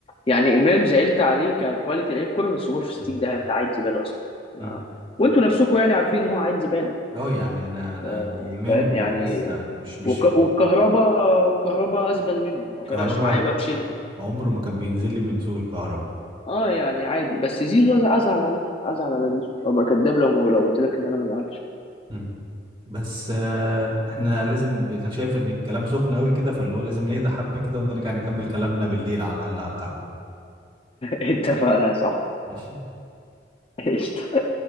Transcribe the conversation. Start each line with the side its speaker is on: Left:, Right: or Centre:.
Left: يعني امام زعلت عليه ككواليتي لعيب كوره بس غور في 60
Right: مم.
Left: ده انت عيل زباله اصلا ما...
Right: مم.
Left: وانتوا نفسكم يعني عارفين ان هو عيل زباله
Right: اه يعني انا انا
Left: آه،
Right: امام
Left: فاهم يعني
Right: لسه مش مش
Left: وك... وكهربا وكهربا ازبل منه ما فرقش
Right: كهربا
Left: معايا بقى بشيلين
Right: عمره ما كان بينزل لي من زور كهربا
Left: اه يعني عادي بس زيزو أز- ازعل عليه ازعل على زيزو ابقى كداب لو لو قلت لك ان انا ما ازعلش
Right: مم. بس آه، احنا لازم انا شايف ان الكلام سخن قوي كده فاللي هو لازم نهدى حبة كده ونرجع نكمل كلامنا بالليل على الاقل على القهوة
Left: اتفقنا يا صاحبي
Right: ماشي
Left: <laughs> قشطة